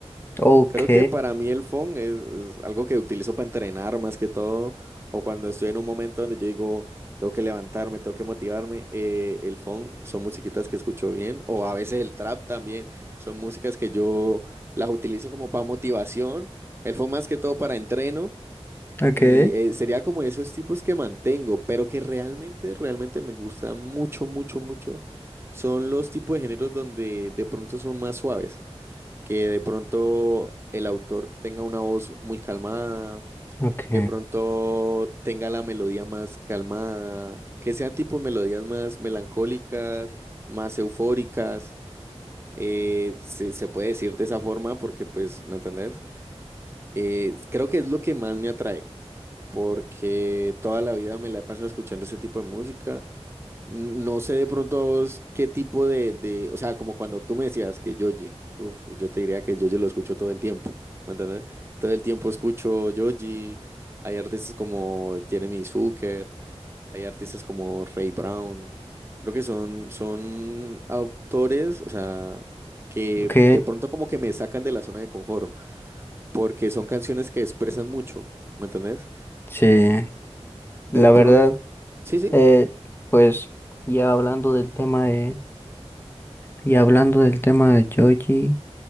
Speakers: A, on the left (about 20°); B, on the right (about 20°).
A: ok,
B: Creo que para mí el phone es, es algo que utilizo para entrenar más que todo, o cuando estoy en un momento donde yo digo, tengo que levantarme, tengo que motivarme, eh, el phone son musiquitas que escucho bien, o a veces el trap también, son músicas que yo las utilizo como para motivación, el phone más que todo para entreno,
A: ok,
B: y eh, sería como esos tipos que mantengo, pero que realmente, realmente me gusta mucho, mucho, mucho, son los tipos de géneros donde de pronto son más suaves que de pronto el autor tenga una voz muy calmada,
A: ok,
B: que de pronto tenga la melodía más calmada, que sean tipo melodías más melancólicas, más eufóricas. eh, se, se puede decir de esa forma porque, pues, ¿me entendés? Eh, creo que es lo que más me atrae, porque toda la vida me la he pasado escuchando ese tipo de música. No sé de pronto a vos qué tipo de, de, o sea, como cuando tú me decías que Yoji, uf, yo te diría que Yoji lo escucho todo el tiempo, ¿me entiendes? Todo el tiempo escucho Yoji, hay artistas como Jeremy Zucker, hay artistas como Ray Brown, creo que son, son autores, o sea, que
A: ok,
B: de pronto como que me sacan de la zona de confort, porque son canciones que expresan mucho, ¿me entendés?
A: sí.
B: De
A: La
B: pronto,
A: verdad,
B: sí, sí.
A: eh, pues ya hablando del tema de, y hablando del tema de Joji,